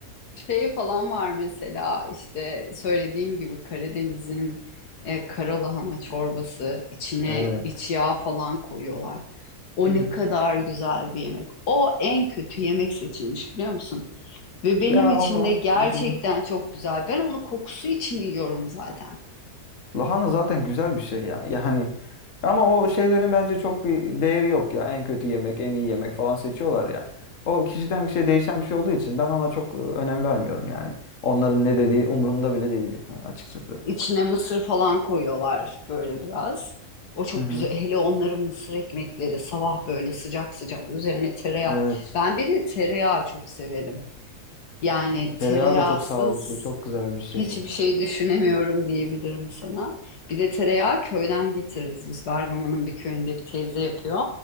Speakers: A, on the left; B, on the left.
A: Şey falan var mesela işte söylediğim gibi Karadeniz'in e, karalahana çorbası içine
B: evet.
A: iç yağ falan koyuyorlar. O
B: Hı hı.
A: ne kadar güzel bir yemek. O en kötü yemek seçilmiş biliyor musun? Ve benim
B: Ya
A: için
B: onu.
A: de gerçekten
B: Hı hı.
A: çok güzel. Ben onu kokusu için yiyorum zaten.
B: Lahana zaten güzel bir şey ya. Ya hani ama o şeylerin bence çok bir değeri yok ya. En kötü yemek, en iyi yemek falan seçiyorlar ya. O kişiden kişiye değişen bir şey olduğu için ben ona çok e, önem vermiyorum yani. Onların ne dediği umurumda bile değil <laughs> açıkçası.
A: İçine mısır falan koyuyorlar böyle biraz. O çok
B: Hı hı.
A: güzel. Hele onların mısır ekmekleri sabah böyle sıcak sıcak üzerine tereyağı.
B: Evet.
A: Ben bir de tereyağı çok severim. Yani
B: Tereyağı
A: tereyağsız
B: da çok sağlıklı, çok güzel bir şey.
A: hiçbir şey düşünemiyorum diyebilirim sana. Bir de tereyağı köyden getiririz biz. Bergama'nın bir köyünde bir teyze yapıyor.